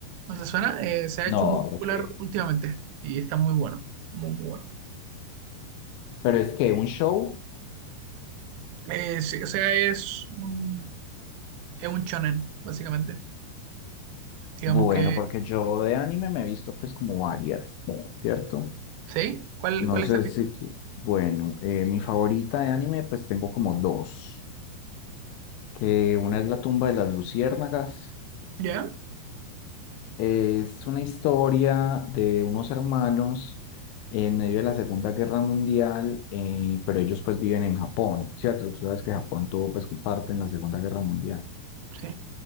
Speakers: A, on the right; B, on the left.
A: ¿No te suena? Eh, se ha
B: no,
A: hecho muy popular
B: lo que...
A: últimamente y está muy bueno. Muy, muy bueno.
B: Pero es que un show,
A: Eh, sí, o sea, es un, es un shonen, básicamente. Digamos
B: bueno,
A: que...
B: porque yo de anime me he visto pues como varias, ¿cierto?
A: ¿Sí? ¿Cuál,
B: No
A: cuál
B: sé
A: estás visto?
B: si, bueno, eh, mi favorita de anime pues tengo como dos, que una es La tumba de las luciérnagas
A: ¿Ya?
B: Es una historia de unos hermanos en medio de la Segunda Guerra Mundial, eh, pero ellos pues viven en Japón, ¿cierto? Tú sabes que Japón tuvo pues parte en la Segunda Guerra Mundial.
A: Sí.